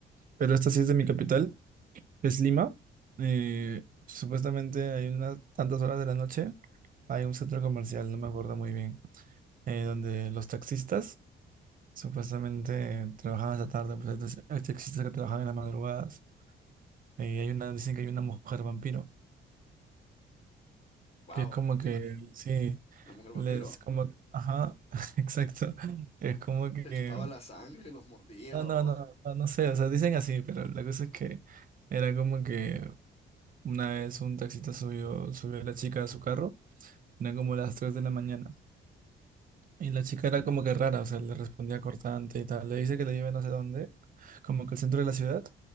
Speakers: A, on the right; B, on the left.
A: pero esta sí es de mi capital, es Lima. Eh,
B: Sí.
A: supuestamente hay unas tantas horas de la noche, hay un centro comercial, no me acuerdo muy bien, eh, donde los taxistas supuestamente trabajaban hasta tarde, pues hay taxi- hay taxistas que trabajan en las madrugadas. Eh, hay una, dicen que hay una mujer vampiro,
B: Wow,
A: que es como que,
B: sí,
A: sí,
B: la mujer vampiro,
A: les como, ajá, <laughs> exacto, es como que
B: te chupaba la sangre, los mordía
A: No, no,
B: o...
A: no, no, no sé, o sea, dicen así, pero la cosa es que era como que una vez un taxista subió, subió a la chica a su carro, eran como las 3 de la mañana, y la chica era como que rara, o sea, le respondía cortante y tal, le dice que la lleve no sé dónde, como que al centro de la ciudad,